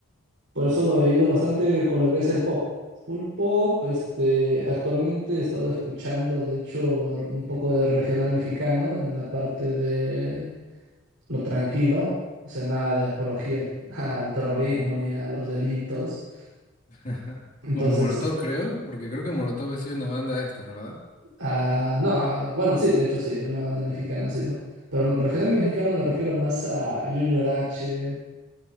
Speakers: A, on the right; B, on the left.
A: Por eso he ido bastante con lo que es el pop. Full pop, este, actualmente he estado escuchando, de hecho, r- un poco de regional mexicano en la parte de lo tranquilo, o sea, nada de apología al <laughs> al terrorismo ni a los delitos.
B: <laughs>
A: Entonces,
B: como Molotov, creo, porque creo que Molotov ha sido una banda de estas, ¿verdad?
A: Ah, no, bueno, sí, de hecho sí, una banda mexicana ha sido. Pero regional mexicano me refiero más a Junior H.